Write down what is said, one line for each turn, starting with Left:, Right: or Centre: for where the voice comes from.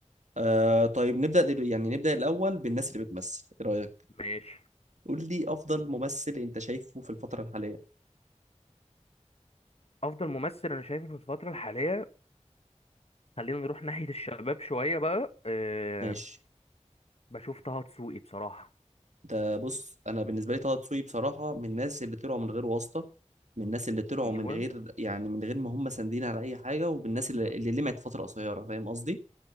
Right: آه طيب نبدا دل... يعني نبدا الاول بالناس اللي بتمثل ايه رايك
Left: ماشي
Right: قول لي افضل ممثل انت شايفه في الفتره الحاليه
Left: افضل ممثل انا شايفه في الفترة الحالية خلينا نروح ناحية الشباب شوية بقى أه
Right: ماشي
Left: بشوف طه دسوقي بصراحة
Right: ده بص انا بالنسبه لي طه دسوقي بصراحه من الناس اللي طلعوا من غير واسطه من الناس اللي طلعوا
Left: ايوه
Right: من غير يعني من غير ما هم ساندين على اي حاجه ومن الناس اللي, اللي لمعت فتره قصيره فاهم قصدي